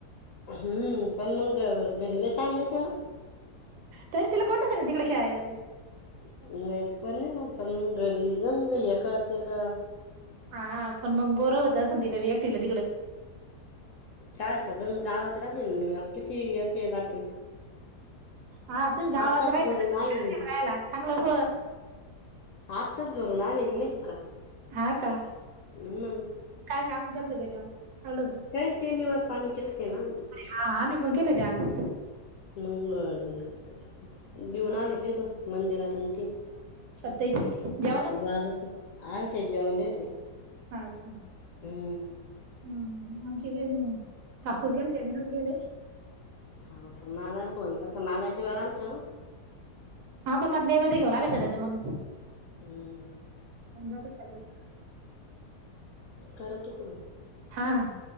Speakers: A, on the left; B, on the right.
A: हम्म, पण मग घरी लय ताण देत्यांना.
B: तरी तिला कोण नसन तिकड खेळायला ते.
A: <unintelligible>
B: हा पण मग बोरं होत असन तिला बी एकटीला तिकडं.
A: कायच गंज गावात राहते न मी किती येत जाते.
B: हा तुम्ही गावात
A: आताच
B: राहायचं
A: घरून
B: ना
A: आले
B: तिकडे
A: मी.
B: राहायला चांगलं पुढं
A: आत्ताच घरून आले माहिते का?
B: हा का?
A: मग
B: काय काम केलंत घरी काढलं होत?
A: काई न ते निवद पानी केलते ना.
B: हा आम्ही पण केलेते आज.
A: मंग घेऊन
B: हा,
A: आलितीत मंदिरात आन ती.
B: तेसी जा
A: दुवादस, आलते जेवले ते.
B: हा का?
A: हम्म.
B: हम आमची वेणू काकूच गेलत्या मी नव्हते गेले.
A: हा मला फोन केलता मला जीवार आलत
B: हा पण मधल्या मधी घेऊन आल्या शेजारच्या मंग.
A: हम्म.
B: <unintelligible>
A: करा तिकडून
B: हा... हा..